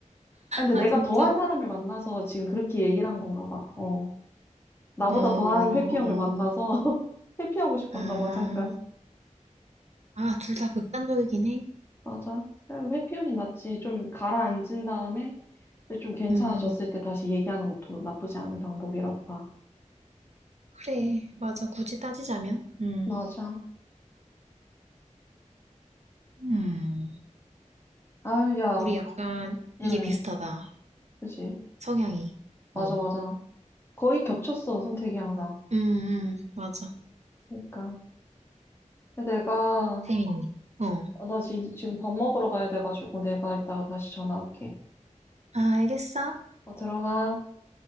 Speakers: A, on the left; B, on the right.
A: 아, 근데
B: 아,
A: 내가
B: 진짜.
A: 더한 사람을 만나서 지금 그렇게 얘기를 한 건가 봐. 어. 나보다
B: 어, 어.
A: 더한 회피형을 만나서 <laughs> 회피하고 싶었나
B: 아,
A: 봐, 잠깐.
B: 아, 둘 다 극단적이긴 해.
A: 맞아. 그냥 회피형이 낫지. 좀 가라앉은 다음에 좀 괜찮아졌을
B: 음.
A: 때 다시 얘기하는 것도 나쁘지 않은 방법이라고 봐.
B: 그래, 맞아. 굳이 따지자면, 음,
A: 맞아.
B: 음,
A: 아, 야.
B: 우리 약간
A: 응,
B: 이게 비슷하다.
A: 그지.
B: 성향이.
A: 맞아,
B: 어,
A: 맞아. 거의 겹쳤어, 선택이 항상.
B: 음, 음, 맞아.
A: 그러니까. 근데 내가,
B: 재밌네. 어,
A: 아, 나 지, 지금 밥 먹으러 가야 돼가지고 내가 이따가 다시 전화할게.
B: 아, 알겠어.
A: 어, 들어가.